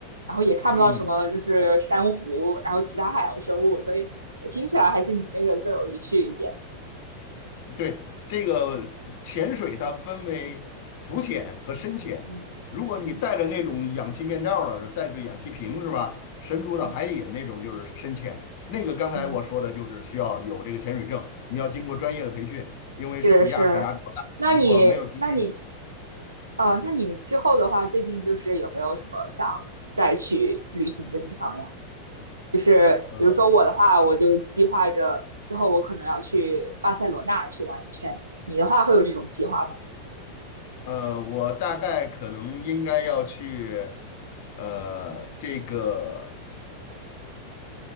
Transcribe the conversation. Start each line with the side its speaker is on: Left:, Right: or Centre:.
Right: 然后也看不到什么就是珊瑚，
Left: 嗯。
Right: 然后其他海洋生物，所以我听起来还是你那个更有意趣一点。
Left: 对，这个潜水它分为浮潜和深潜。
Right: 嗯嗯
Left: 如果你带着那种氧气面罩儿的，是带着氧气瓶是吧？深入到海底那种就是深潜。
Right: 嗯，
Left: 那个刚才我说的就是需要有这个潜水证，
Right: 嗯，
Left: 你要经过专业的培训，因为水压水压比较大，
Right: 是是。那你那你
Left: 如果没有经验的，
Right: 呃，那你之后的话，最近就是有没有什么想再去旅行的地方呀？就是比如说我的话，
Left: 呃
Right: 我就计划着之后我可能要去巴塞罗那去玩一圈。你的话会有这种计划吗？
Left: 呃，我大概可能应该要去呃这个。